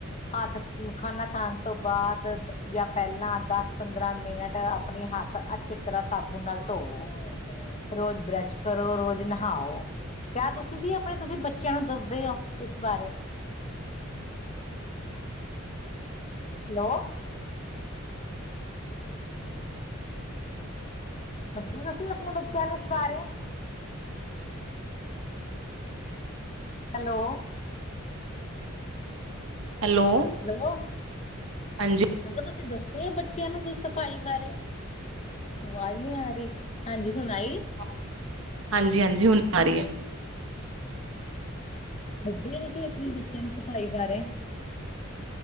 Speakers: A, on the left (about 30°); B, on the right (about 75°).
A: ਹੱਥ ਖਾਨਾ ਖਾਨ ਤੋਂ ਬਾਦ ਜਾਂ ਪੈਲਾਂ ਦਸ ਪੰਦਰਾਂ ਮਿੰਟ ਆਪਨੇ ਹੱਥ ਅੱਛੀ ਤਰ੍ਹਾਂ ਸਾਬੁਨ ਨਾਲ ਧੋਵੋ। ਰੋਜ਼ ਬਰੱਸ਼ ਕਰੋ, ਰੋਜ਼ ਨਹਾਓ। ਕਿਆ ਤੁ ਸੀ ਵੀ ਆਪਨੇ ਤੁਸੀਂ ਬੱਚਿਆਂ ਨੂੰ ਦੱਸਦੇ ੳ ਇਸ ਬਾਰੇ? ਹੈਲੋ। <inaudible> ਦੱਸਦੇ ਤੁਸੀਂ ਆਪਨੇ ਬੱਚਿਆਂ ਨੂੰ ਇਸ ਬਾਰੇ ਹੈਲੋ
B: ਹੈਲੋ
A: ਹੈਲੋ,
B: ਹਾਂਜੀ
A: ਮੈਂ ਕਿਆ ਤੁਸੀਂ ਦੱਸਦੇ ੳ ਬੱਚਿਆਂ ਨੂੰ ਦੀ ਸਫ਼ਾਈ ਬਾਰੇ। ਆਵਾਜ਼ ਨੀ ਆ ਰੀ, ਹਾਂਜੀ ਹੁਨ ਆਈ
B: <inaudible> ਹਾਂਜੀ-ਹਾਂਜੀ ਹੁਨ ਆ ਰੀ ਏ
A: ਦਦੇ ੳ ਤੁਸੀਂ ਆਪਨੇ ਬੱਚਿਆਂ ਨੂੰ ਸਫਾਈ ਬਾਰੇ